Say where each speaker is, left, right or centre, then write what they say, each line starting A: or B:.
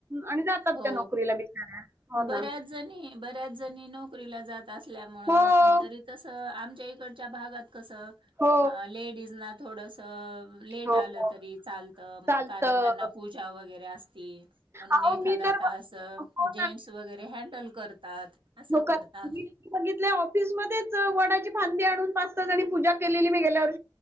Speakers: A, on the right (about 30°); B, on the right (about 70°).
A: आणि जातात
B: हो
A: त्या नोकरीला बिचाऱ्या हो
B: बऱ्याच
A: ना
B: जणी बऱ्याच नोकरी जात असल्यामुळे
A: हो
B: तरी तस आमच्या इकडच्या भागात कस
A: हो
B: लेडीज ना थोडस लेट
A: हो
B: आलं
A: हो.
B: तरी चालत मग
A: चालतं
B: कारण त्यांना पूजा वगैरे अस म्हणून
A: अहो
B: एक एखादात
A: मी तर
B: असं
A: ब- हो
B: जेंट्स वगैरे हँडल करतात असं
A: ल
B: करतात.
A: बघित ऑफिसमध्येध्येच वडाची फांदी आणून त्यांनी पजा केलेली मी गेल्यावर